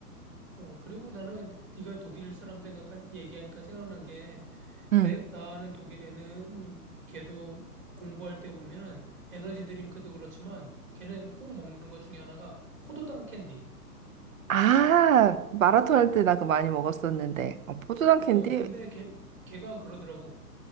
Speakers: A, on the right; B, on the right.
A: 어, 그리고 나는 네가 독일 사람 생각한, 얘기하니까 생각난 게
B: 응.
A: 내, 나는 독일에는 걔도 공부할 때 보면은 에너지 드링크도 그렇지만 걔는 꼭 먹는 것 중에 하나가 포도당 캔디.
B: 아 마라톤 할 때 나 그거 많이 먹었었는데. 아, 포도당 캔디?
A: 어, 근데 걔, 걔가 그러더라고.